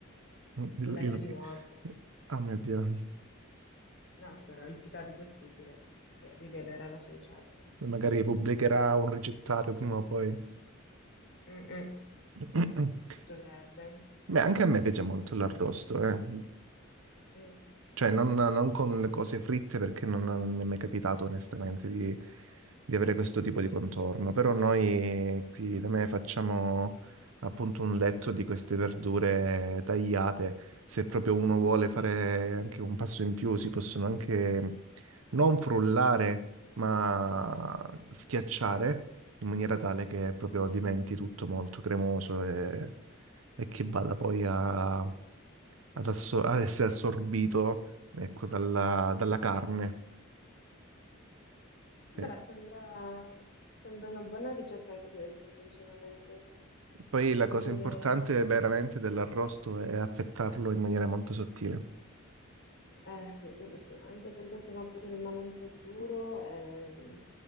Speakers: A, on the right; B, on the left.
A: il-
B: sul letto
A: il-
B: di morte.
A: ah, mio Dio.
B: No, spero il più tardi possibile che rivelerà la sua ricetta.
A: Magari pubblicherà un ricettario prima o poi.
B: Mm-mm,
A: <clears throat>
B: dovrebbe.
A: Beh, anche a me piace molto l'arrosto, eh.
B: Mm.
A: Cioè, non, non con le cose fritte perché non, non mi è mai capitato onestamente di, di avere questo tipo di contorno. Però noi qui da me facciamo appunto un letto di queste verdure tagliate. Se proprio uno vuole fare anche un passo in più, si possono anche non frullare, ma schiacciare in maniera tale che proprio diventi tutto molto cremoso e, e che vada poi a ad, asso- ad essere assorbito, ecco, dalla, dalla carne. Sì.
B: Beh, sembra, sembra una buona ricetta anche questa, sinceramente.
A: Poi la cosa
B: Ehm,
A: importante veramente dell'arrosto è affettarlo in maniera molto sottile.
B: eh sì, quello sì, anche perché sennò poi ti rimane un po' duro e,